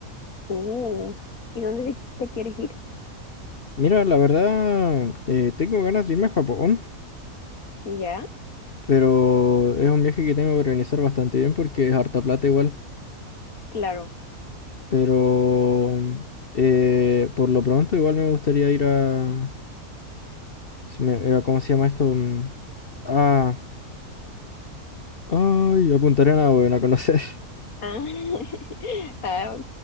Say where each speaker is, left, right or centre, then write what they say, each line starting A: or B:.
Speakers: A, on the left; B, on the left.
A: Uh, ¿y dónde te, te quieres ir?
B: Mira, la verdad, eh, tengo ganas de irme a Japón,
A: ¿Ya?
B: pero es un viaje que tengo que organizar bastante bien porque es harta plata igual.
A: Claro.
B: Pero eh, por lo pronto igual me gustaría ir a... se me- eh, ¿Cómo se llama esto? Mm, Ah, ay, a Punta Arenas, weón, a conocer.
A: Ah, <laughs> ah,